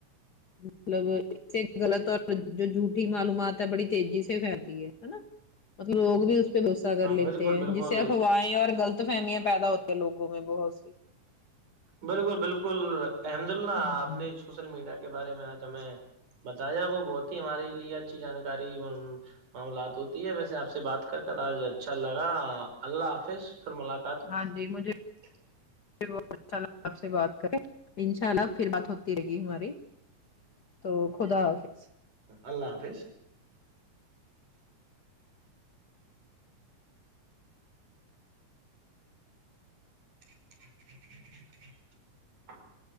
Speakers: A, on the left; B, on the right.
A: مطلب اس سے غلط اور جو جھوٹھی معلومات ہے بڑی تیزی سے پھیلتی نا مطلب لوگ بھی اس پہ سہ کر
B: ہاں
A: لیتے
B: بالکل
A: ہیں
B: بالکل
A: جسے افوائیں اور غلط فہمیاں پیدا ہوتی ہیں لگوں میں بہت سی
B: بالکل بالکل احمد اللہ
A: ہوں
B: آپ نے سوشل میڈیا کے بارے میں آج ہمیں بتایا وہ بہت ہی ہمارے لیے اچھی جانکاری معاملات ہوتی ہے ویسے آپ سے بات کر کر آج اچھا لگا اللہ حافظ پھر ملاقات
A: ہاں جی مجھے
B: جی
A: انءلہ آپ سے بات کریں انشاء اللہ پھر بات ہوتی رہےی ہماری تو خدا حافظ
B: اللہ حافظ <unintelligible>